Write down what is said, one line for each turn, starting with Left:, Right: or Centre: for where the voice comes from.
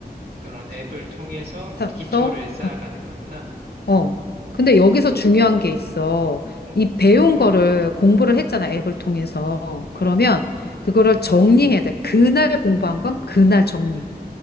Right: 그런 앱을 통해서
Left: 그래서
Right: 기초를 쌓아가는 거구나.
Left: 어. 근데 여기서 중요한 게 있어.
Right: 어.
Left: 이 배운 거를 공부를 했잖아, 앱을 통해서.
Right: 어.
Left: 그러면 그거를 정리해야 돼. 그날 공부한 건 그날 정리.